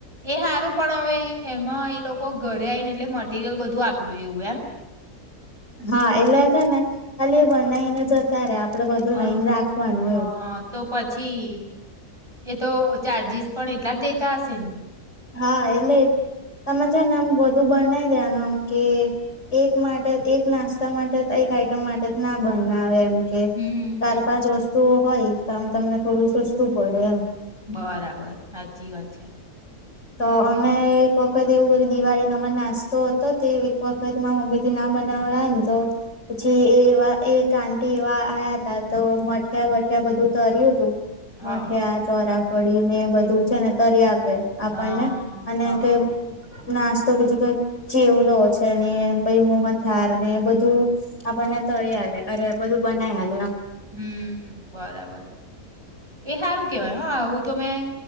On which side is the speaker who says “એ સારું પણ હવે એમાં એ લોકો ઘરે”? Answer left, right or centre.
Right